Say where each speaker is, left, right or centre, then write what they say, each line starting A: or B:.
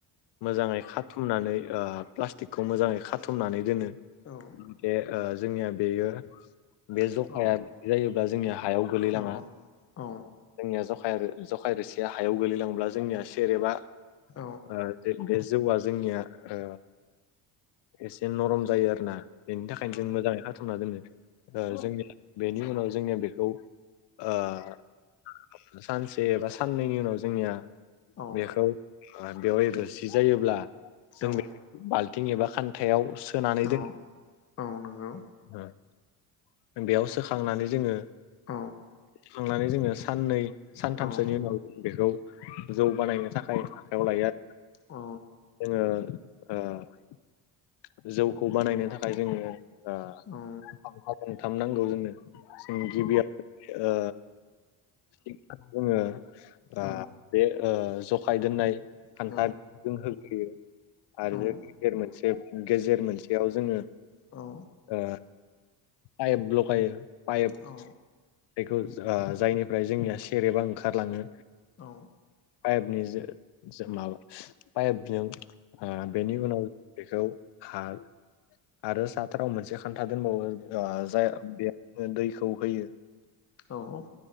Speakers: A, on the left; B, on the left.
A: मोजाङै खाथुमनानै ओ प्लास्टिकखौ मोजाङै खाथुमनानै दोनो।
B: औ।
A: बे ओ जोंनिया बेयो बे
B: औ
A: जखाया जायोब्ला जोंनिया हायाव गोलैलाङा।
B: औ औ
A: जोंनिया जखाय आरो जखाय रोसिया हायाव गोलैलांब्ला जोंनिया सेरेबा
B: औ
A: ओ जे बे जौआ जोंनिया ओ एसे नरम जायो आरो ना। बेनि थाखायनो जों मोजाङै खाथुमना दोनो। ओ जोंनिया बेनि उनाव जोंनिया बेखौ ओ सानसे बा साननैनि उनाव जोंनिया
B: औ
A: बेखौ ओ बेवहाय रोसि जायोब्ला जों
B: औ
A: बे बाल थिं एबा खान्थायाव सोनानै
B: औ
A: दोन
B: औ नंगौ
A: नो बेयाव सोखांनानै जोङो
B: औ
A: खांनानै जोङो साननै
B: औ
A: सानथामसोनि
B: औ
A: उनाव बेखौ जौ बानायनो थाखाय आव लाया
B: औ नंगौ औ
A: जोङो ओ जौखौ बानायनो थाखाय जोङो ओ
B: औ।
A: खान्था गंथाम नांगौ जोंनो। जों गिबियाव ओ <unintelligible> जोङो
B: औ
A: ओ बे ओ जखाय दोननाय
B: नंगौ
A: खान्था
B: औ
A: बि जों होग्रोयो आरो
B: नंगौ औ
A: गेजेर मोनसे गेजेर मोनसेयाव जोङो
B: औ।
A: ओ पाइप लगायो पाइप
B: औ
A: बेखौ आ जायनिफ्राय जोंनिया सेरेबा ओंखारलाङो
B: औ
A: पाइपनि जो जो माबा पाइपजों ओ बेनि उनाव बेखौ हा आरो साथाराव मोनसे खान्था दोनबावो आ जाय बे ओ दैखौ होयो।
B: औ